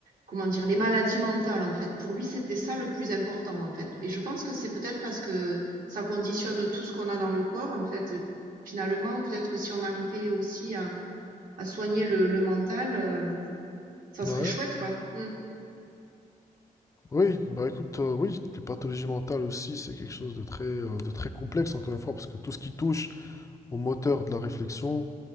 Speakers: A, on the right (about 70°); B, on the left (about 20°).
A: comment dire? Les maladies mentales, en fait. Pour lui, c'était ça le plus important, en fait. Et je pense que c'est peut-être parce que ça conditionne tout ce qu'on a dans le corps, en fait, finalement, peut-être que si on arrivait aussi à à soigner le le mental, heu, ça serait
B: ouais.
A: chouette, quoi. Mmh.
B: Oui, bah écoute, euh, oui, les pathologies mentales aussi, c'est quelque chose de très, euh,
A: Mmh.
B: de très complexe, encore une fois, parce que tout ce qui touche au moteur de la réflexion,